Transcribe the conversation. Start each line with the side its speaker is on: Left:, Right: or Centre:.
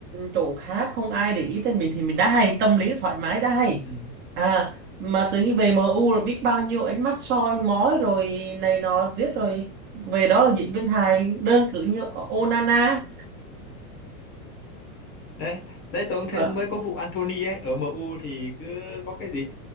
Right: chỗ khác không ai để ý tới mình thì mình đá hay tâm lý thoải mái đá hay
Left: Ừ.
Right: à mà tới về MU rồi biết bao nhiêu ánh mắt soi mói rồi này nọ riết rồi về đó là diễn viên hài đơn cử như Onana
Left: đấy đấy tôi cũng thấy
Right: Ờ.
Left: mới có vụ Anthony ấy ở MU thì cứ có cái gì